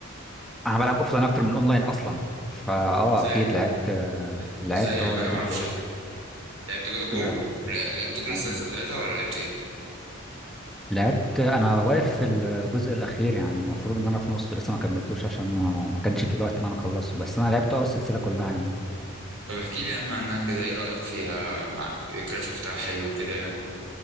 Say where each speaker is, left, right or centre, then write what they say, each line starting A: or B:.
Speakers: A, in the centre; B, on the right (about 75°).
A: انا بلعب اوفلاين اكتر من اونلاين اصلا فا اه
B: ازاي
A: اكيد
B: يا
A: لعبت
B: عم؟
A: لعبت
B: ازاي يا
A: اه
B: عم انا
A: جاد
B: معرفش
A: اوف وور
B: ده؟ لعبت جود اوف وور؟
A: لا لا
B: لا لعبت كل
A: لعب-
B: السلاسل بتاعتها ولا لعبت ايه؟
A: لعبت انا واقف في الجزء الاخير يعني المفروض ان انا في نصه لسه ما كملتوش عشان ما ما كانش في الوقت ان انا اخلصه بس انا لعبت اه السلسله كلها يعني
B: طب احكي لي يا عم عنها كده ايه رأيك فيها مع الجرافيك بتاعها حلو كده يعني